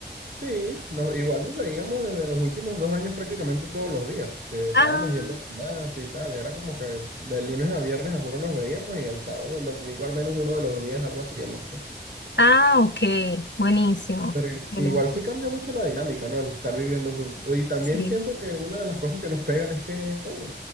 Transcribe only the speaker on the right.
Sí, nos- igual nos veíamos desde los últimos dos años prácticamente todos los días, porque estábamos
yendo al gimnasio y tal. Era como que de lunes a viernes, a juro, nos veíamos y el sábado, el domingo, al menos uno de los días, algo hacíamos. ¿no?
Pero
igual sí cambia mucho la dinámica, ¿no? El estar viviendo juntos. Y también
siento que una de las cosas que nos pegan es que, coño,